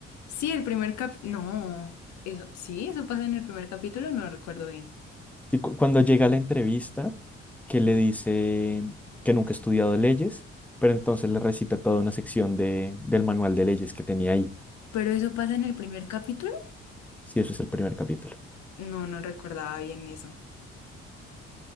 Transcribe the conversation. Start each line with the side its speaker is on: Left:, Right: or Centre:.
Left: Sí, el primer cap... No, eso, sí, eso pasa en el primer capítulo, no recuerdo bien.
Centre: Sí, cu- cuando llega a la entrevista, que le dice que nunca ha estudiado leyes, pero entonces le recita toda una sección de, del manual de leyes que tenía ahí.
Left: Pero eso pasa en el primer capítulo.
Centre: Sí, eso es el primer capítulo.
Left: No, no recordaba bien eso.